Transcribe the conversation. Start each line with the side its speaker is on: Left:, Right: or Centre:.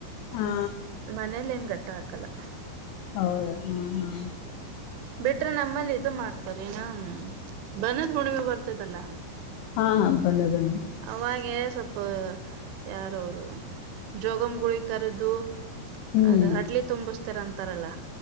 Left: ಹಾ
Right: ಮನೇಲಿ ಏನ್ ಗಟ್ಟ ಹಾಕಲ್ಲ
Left: ಹೌದ ಹಾಞ ಹಾಂ
Right: ಬಿಟ್ರ ನಮ್ಮಲ್ಲಿ ಇದು ಮಾಡ್ತಾರನ ಬನದ್ ಹುಣಿವೆ ಬರ್ತದಲ್ಲಾ
Left: ಹಾ ಹಾ ಬನ್ನ ಬನ್ನ
Right: ಅವಾಗೆ ಸ್ವಲ್ಪ ಯಾರ ಅವರು ಜೋಗಮ್ಗಳುಗಳಿ ಕರೆದು
Left: ಹ್ಮ್
Right: ಅದ ಅಡ್ಲಿ ತುಂಬಿಸತಾರ ಅಂತಾರಲ್ಲ